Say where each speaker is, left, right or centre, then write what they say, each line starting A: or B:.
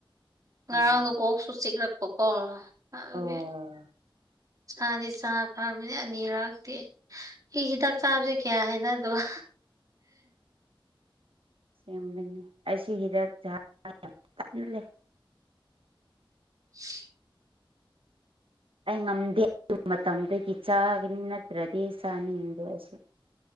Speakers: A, on the right; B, on the right.
A: ꯉꯔꯥꯡꯗꯣ
B: ꯑꯣ
A: ꯀꯣꯛꯁꯨ ꯆꯤꯛꯂꯛꯄꯀꯣ ꯑꯗꯨ
B: ꯑꯣ
A: ꯆꯥꯗꯤ ꯆꯥ ꯐꯥꯝꯃꯤꯅꯦ ꯑꯅꯤꯔꯛꯇꯤ ꯑꯩ ꯍꯤꯗꯥꯛ ꯆꯥꯕꯖꯦ ꯀꯌꯥ ꯍꯥꯏꯅꯗꯕ
B: ꯁꯦꯝꯕꯅꯤ ꯑꯩꯁꯨ ꯍꯤꯗꯥꯛ ꯆꯥ ꯌꯥꯝ ꯇꯟꯂꯦ
A: <unintelligible>
B: ꯑꯩ ꯉꯝꯗꯦ ꯑꯗꯨ ꯃꯇꯝꯗꯨꯗꯒꯤ ꯆꯥꯒꯅꯤ ꯅꯠꯇ꯭ꯔꯗꯤ ꯆꯥꯅꯤꯡꯗꯦ ꯑꯩꯁꯨ